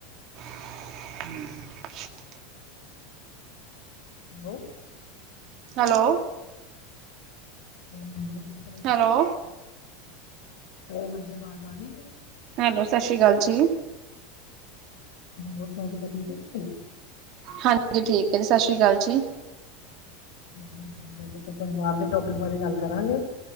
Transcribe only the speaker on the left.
<unintelligible>
hello ਹਾਂਜੀ ਸਤਿ ਸ਼੍ਰੀ ਅਕਾਲ ਜੀ
ਹੈਲੋ ਹਾਂਜੀ ਆਵਾਜ਼ ਆ ਰਹੀ ਹੈ ਮੇਰੀ
ਹੋਰ ਸਭ ਗੱਲਾਂ ਠੀਕ ਹੈ।
ਹਾਂਜੀ ਹਾਂਜੀ ਪਰਿਵਾਰ ਦੇ ਟੋਪਿਕ ਬਾਰੇ ਗੱਲ ਕਰਾਂਗੇ